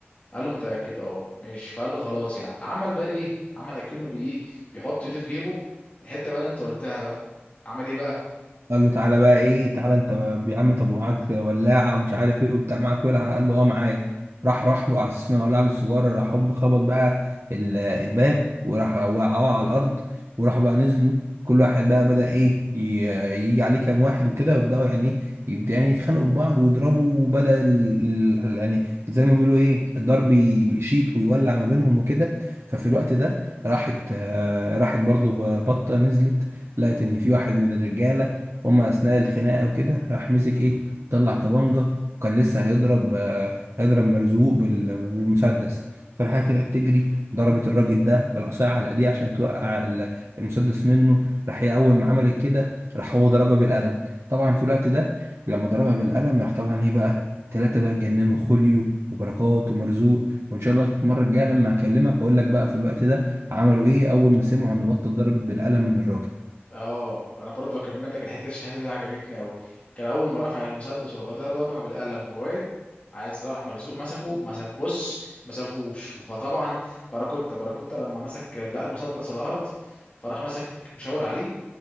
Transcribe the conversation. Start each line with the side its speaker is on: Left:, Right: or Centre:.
Left: قال له متاكد اه ماشي فقال له خلاص يا عم عمل بقى ايه عمل اكنه بايه بيحط ايده في جيبه الحته بقى اللي انت قلتها بقى عمل ايه بقى
Right: قال له تعالى بقى ايه تعالى انت يا عم طب ومعاك ولاعه ومش عارف ايه وبتاع معاك ولعه قال له اه معايا راح راح له على اساس انه ولع له السيجاره راح هوب خبط بقى ال- الباب وراح وقعوه على الارض وراحوا بقى نزلوا كل واحد بقى بدأ ايه ي- يجي عليه كام واحد وكده ويبدأوا يعني ايه يبدأ يعني يتخانقوا في بعض ويضربوا وبدأ ال... ال- يعني زي ما بيقولوا ايه الضرب يشيط ويولع ما بينهم وكده ففي الوقت ده راحت آه، راحت برضو بطة نزلت لقت ان في واحد من الرجالة هما اثناء الخناقه وكده راح مسك ايه طلع طبنجه وكان لسه هيضرب آه، هيضرب مرزوق بال- بالمسدس فراحت طلعت تجري ضربت الراجل ده بالعصايه على ايديه عشان توقع ال- المسدس منه راح هي اول ما عملت كده راح هو ضربها بالقلم طبعا في الوقت ده لما ضربها بالقلم راح طبعا ايه بقى التلاته بقى اتجننوا خوليو وبركات ومرزوق وان شاء الله المره الجايه لما اكلمك اقول لك بقى في الوقت ده عملوا ايه اول ما سمعوا ان بطه ضربت بالقلم من الراجل
Left: اه انا برضه اكمل لك الحته دي عشان الحته دي عجبتني قوي كان اول ما رفع المسدس ورا بعضها ضربها بالقلم وواد عايز راح مرزوق مسكه ما ساب بص ما سابهوش فطبعا باراكوتا باراكوتا لما مسك لقى المسدس على الارض فراح مسك مشاور عليه